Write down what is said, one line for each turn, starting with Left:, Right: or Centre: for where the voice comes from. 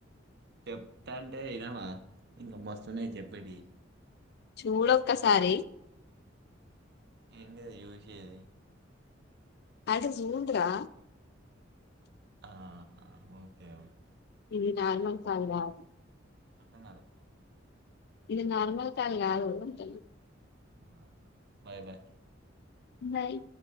Right: చెప్తంటే ఇనవా ఇంక మస్తున్నాయి చెప్పేటి
Left: చూడొక్కసారి
Right: ఏంటిది జూశేది
Left: ఆడ జూమ్డ్ రా
Right: ఆ ఓకే ఓ
Left: ఇది నార్మల్ కాల్ కాదు
Right: అర్ధం కాలే
Left: ఇది నార్మల్ కాల్ కాదు అంటాన్నా
Right: <inaudible> బాయ్ బాయ్
Left: బాయ్